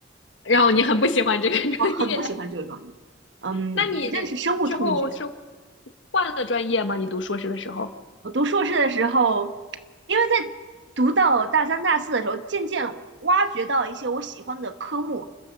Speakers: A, on the left; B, on the right.
A: 然后你很不喜欢这个
B: 我很不喜欢这个专业。
A: <laughs> 专业，
B: 嗯，
A: 那你
B: 我真的是深恶痛绝。
A: 之后是换了专业吗？你读硕士的时候？
B: 我读硕士的时候，因为在读到大三、大四的时候，渐渐挖掘到一些我喜欢的科目，